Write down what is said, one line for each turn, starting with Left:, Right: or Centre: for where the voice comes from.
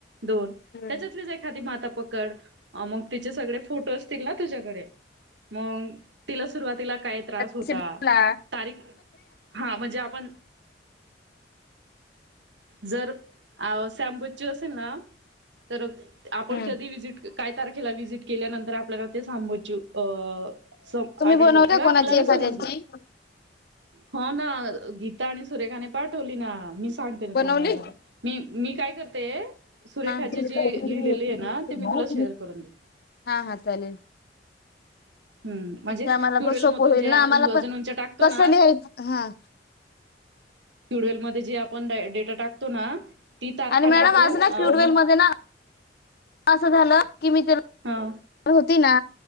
Right: दोन
Left: मोबाईल
Right: त्याच्यातलेच एखादी माता कड आ मंग तिचे सगळे फोटो असतील ना तुझ्याकडे मग तिलाच सुरवातीला काय त्रास होता
Left: रिसेट झाला.
Right: तारीख हा म्हणजे आपण जर अ शॅबूची असेल ना तर आपण
Left: हम्म.
Right: कधी विस काय तारखेला व्हिजिट केल्यानंतर आपल्याला ते सांबोच अ स
Left: तुम्ही
Right: आढळलं
Left: बनवलं
Right: किंवा
Left: कोणाची
Right: आपल्यान
Left: एखाद्यांची?
Right: समजलं हो ना गीता आणि सुरेखाने पाठवली ना मी सांगते
Left: बनवली?
Right: तो वला काय मी मी काय करते सुरेखा
Left: हा.
Right: ची जी लिहिलेली आहे ना ते मी तुला
Left: <unintelligible>
Right: शेअर करून दे
Left: हा हा चालेल.
Right: हम्म म्हणजे
Left: ते आम्हाला
Right: क्युलार
Left: पण सोपं
Right: मधून
Left: होईल ना
Right: आपण
Left: आम्हाला
Right: जे वजन
Left: पण
Right: उंच टाकतो
Left: कसं
Right: ना.
Left: लिहायचं हा
Right: क्युलार मध्ये जे आपण डेटा टाकतो ना ती तारखा
Left: आणि मॅडम
Right: टाकून
Left: असं ना क्युबवेल
Right: मग
Left: मध्ये ना अस झालं कि मी ते <unintelligible>
Right: हा
Left: होती ना